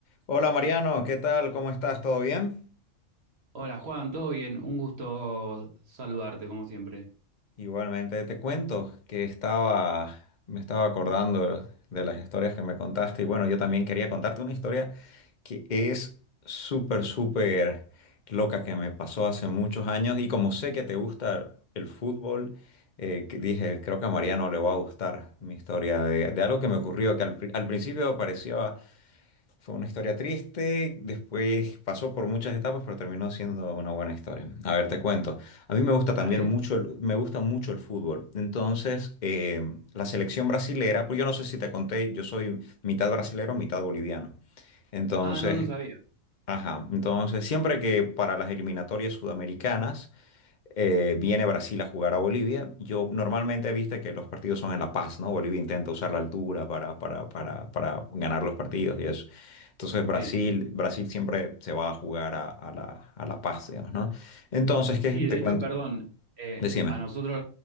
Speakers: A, on the left; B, on the right.
A: Hola Mariano, ¿qué tal? ¿Cómo estás? ¿Todo bien?
B: Hola Juan, ¿todo bien? Un gusto saludarte como siempre.
A: Igualmente te cuento que estaba, me estaba acordando de las historias que me contaste y bueno, yo también quería contarte una historia que es súper, súper loca que me pasó hace muchos años y como sé que te gusta el fútbol, eh, que dije, creo que a Mariano le va a gustar mi historia de, de algo que me ocurrió que al, pri- al principio parecía Fue una historia triste, después pasó por muchas etapas, pero terminó siendo una buena historia. A ver, te cuento. A mí me gusta también
B: ¿Dale?
A: mucho el, me gusta mucho el fútbol. Entonces, eh, la selección brasilera, pues yo no sé si te conté, yo soy mitad brasilero, mitad boliviano. Entonces,
B: Ah, no, no sabía.
A: ajá, entonces siempre que para las eliminatorias sudamericanas eh, viene Brasil a jugar a Bolivia. Yo normalmente, viste que los partidos son en La Paz, ¿no? Bolivia intenta usar la altura para, para, para, para ganar los partidos y eso. Entonces Brasil,
B: Sí,
A: Brasil siempre se va a jugar a, a la, a La Paz, digamos, ¿no? Entonces, ¿qué?
B: sí,
A: Te
B: de hecho,
A: cuento.
B: perdón, eh,
A: Decime.
B: a nosotros,